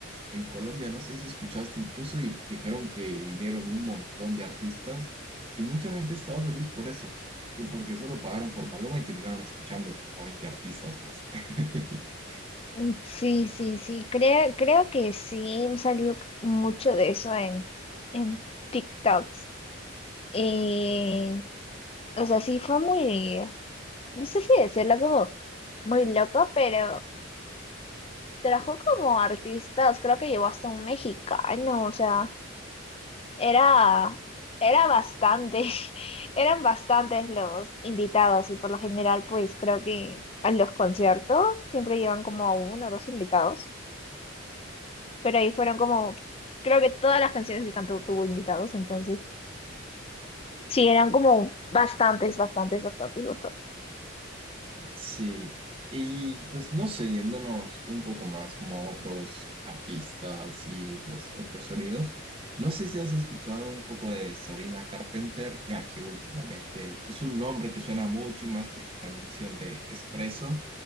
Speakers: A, on the right (about 25°); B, on the left (about 30°).
A: en Colombia, no sé si escuchaste incluso, y dijeron que vinieron un montón de artistas y mucha gente estaba feliz por eso, que porque solo pagaron por Maluma y terminaron escuchando como 20 artistas más. <laughs>
B: Mm, Sí, sí, sí, creo, creo que sí salió mucho de eso en, en TikToks. Eh, o sea, sí fue muy, no sé si decirlo como muy loco, pero trajo como artistas, creo que llevó hasta un mexicano, o sea, era, era bastante, <laughs> eran bastantes los invitados y por lo general pues creo que a los conciertos siempre llevan como a uno o dos invitados. pero ahí fueron como, creo que todas las canciones que cantó tuvo invitados, entonces sí, eran como bastantes, bastantes, bastantes, bastantes.
A: Sí, y pues no sé, yéndonos un poco más como a otros artistas y pues otros sonidos, no sé si has escuchado un poco de Sabrina Carpenter, ya que últimamente es un nombre que suena mucho y más por su canción de Espresso,